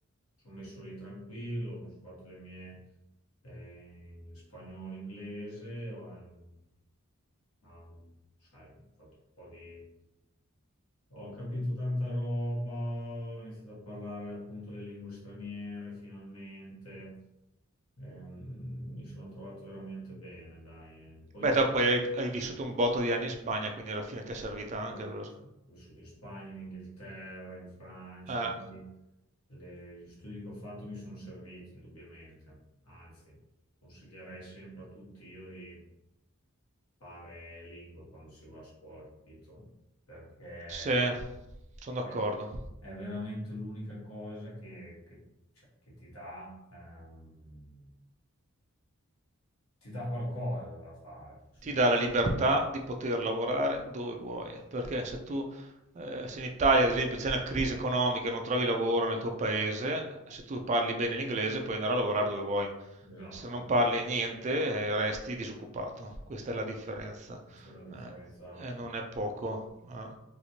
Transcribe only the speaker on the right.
Beh,
te poi hai, hai vissuto un botto di anni in Spagna, quindi alla fine ti è servita
anche quello...
Eh,
sì, sono
d'accordo.
ti dà la libertà di poter lavorare dove vuoi, perché se tu eh, se in Italia, ad esempio, c'è una crisi economica e non trovi lavoro nel tuo paese, eh, se tu parli bene l'inglese puoi andare a lavorare dove vuoi.
Se non parli niente, eh, resti disoccupato. Questa è la differenza.
Eh,
e non è poco. eh.